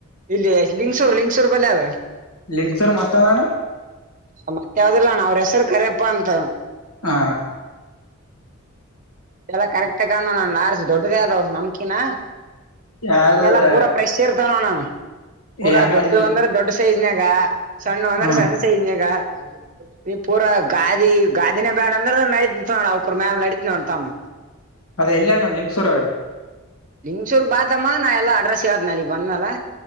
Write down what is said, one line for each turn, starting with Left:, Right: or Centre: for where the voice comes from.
Right: ಇಲ್ಲಿ ಲಿಂಗ್ಸೂರ್, ಲಿಂಗಸೂರ್ ಬಲ್ಲಿ ಆದ
Left: ಲಿಂಗ್ಸೂರ್ ಮತ್ತೆ ಎವದಣ್ಣ.
Right: ಮತ್ತ್ ಯಾವ್ದಲ್ಲಣ ಅವ್ರ ಹೆಸರು ಕರ್ಯಪ್ಪಾ ಅಂತ.
Left: ಹಾ,
Right: ಇದೆಲ್ಲ ಕರೆಕ್ಟ್ಗಾನಣ್ಣಲಾಡ್ಜ ದೊಡ್ಡದೇ ಆದ ಅವ್ರ ನಮಕಿನ
Left: ಯಾವ್ದದ
Right: ಇದೆಲ್ಲಾ ಪೂರಾ ಪ್ರಶ್ ಇರ್ತವ ನೋಡಣ್ಣ ನಾನು ಪೂರ
Left: ಯಾಕ
Right: ದೊಡ್ಡ
Left: ಅಲ್ಲಿ
Right: ಅಂದ್ರೆ ದೊಡ್ ಸೈಜ್ನಾಗ ಸಣ್ಣುವ ಅಂದ್ರೆ
Left: ಹ್ಮ
Right: ಸಣ್ಣ ಸಗ <inaudible> ನೀ ಪೂರ ಗಾದಿ ಗಾದಿನೇ ಬೇಡ ಅಂದ್ರೆ ನಡಿತದನೋಡ ತಮ್ಮ ಅವಕ್ರ ಮ್ಯಾಲ ಲ ನಡಿತೀನೋಡ ತಮ್ಮ.
Left: ಅದ ಎಲ್ಲ ಅಣ್ಣ ಲಿಂಗ್ಸೂರಗ.
Right: ನಿಂಗಸೂರ್ ಬಾತಮ್ಮ ನಾ ಎಲ್ಲ ಅಡ್ರೆಸ್ ಹೇಳ್ತೆನೆ ಅಲ್ಲಿಗ್ ಬಂದ ಮೇಲೆ